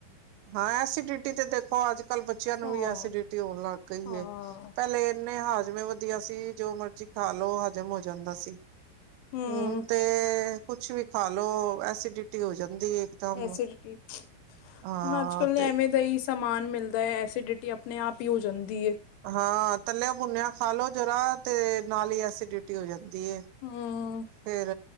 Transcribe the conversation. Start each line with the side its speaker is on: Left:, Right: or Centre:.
Right: ਹਾਂ ਐਸੀਡਿਟੀ ਤੇ ਦੇਖੋ ਅੱਜ ਕੱਲ ਬੱਚਿਆਂ ਨੂੰ
Left: ਹਾਂ,
Right: ਵੀ ਐਸੀਡਿਟੀ ਹੋਣ ਲੱਗ ਗਈ
Left: ਹਾਂ।
Right: ਏ ਪਹਿਲੇ ਇੰਨੇ ਹਾਜ਼ਮੇ ਵ ਬੀ ਅਸੀ ਜੋ ਮਰਜੀ਼ ਖਾ ਲੋ, ਹਜ਼ਮ ਹੋ ਜਾਂਦਾ ਸੀ,
Left: ਹੂੰ।
Right: ਹੁਣ ਤੇ ਕੁਛ ਵੀ ਖਾ ਲੋੋ, ਐਸੀਡਿਟੀ ਹੋ ਜਾਂਦੀ ਏ ਇਕਦਮ
Left: ਐਸੀਡਿਟੀ, ਹੁਣ
Right: ਹਾਂ
Left: ਅੱਜ ਕਲ
Right: ਤੇ
Left: ਐਵੇਂ ਦਾ ਹੀ ਸ ਸਮਾਨ ਮਿਲਦਾ ਹੈ, ਐਸੀਡਿਟੀ ਆਪਣੇ ਆਪ ਹੀ ਹੋ ਜਾਂਦੀ ਏ
Right: ਹਾਂ ਤੱਲਿਆ-ਬੁੰਨਿਆ ਖਾ ਲੋੋ ਜ਼ਰਾ ਤੇ, ਨਾਲ ਹੀ ਐਸੀਡਿਟੀ ਹੋ ਜਾਂਦੀ ਏ
Left: ਹਮ
Right: ਫੇਰ